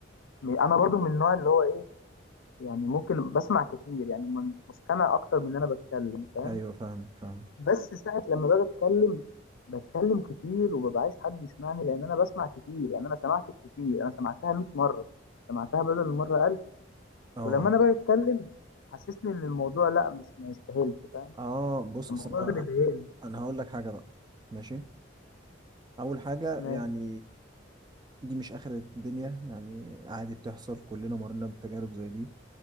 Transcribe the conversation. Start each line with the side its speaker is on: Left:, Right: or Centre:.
Left: انا برضو من النوع اللي هو ايه يعني ممكن بسمع كتير يعني من- مستمع اكتر من إن انا بتكلم فاهم
Right: ايوه فاهمك فاهم
Left: بس ساعه لما باجي اتكلم بتكلم كتير وببقى عايز حد يسمعني لان انا بسمع كتير يعني انا سمعتك كتير انا سمعتها 100 مره سمعتها بدل المره
Right: اه
Left: ولما انا باجي اتكلم حسسني ان الموضوع لا مش ما يستاهلش فاهم
Right: اه بص
Left: الموضوع
Right: اصل
Left: ده بيضايقني
Right: انا انا هقول لك حاجه بقى ماشي اول حاجه
Left: ماشي
Right: يعني دي مش اخر الدنيا يعني عادي بتحصل كلنا مرينا بتجارب زي دي